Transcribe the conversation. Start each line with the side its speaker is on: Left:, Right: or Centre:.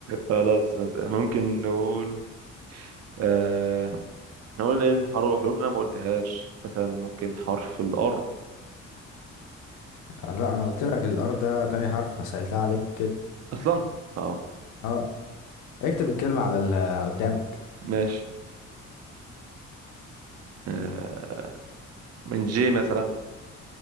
Right: خلاص مثلا ممكن نقول آه، احنا قلنا إن حرو- حروف انا ما قلتهاش مثلا ممكن حرف الار
Left: لا أنا قلت لك الآر ده تاني حرف أنا سهلتها عليك كده
Right: اصلا اه
Left: اه اكتب الكلمة على اللي قدامك
Right: ماشي آه، من جي مثلا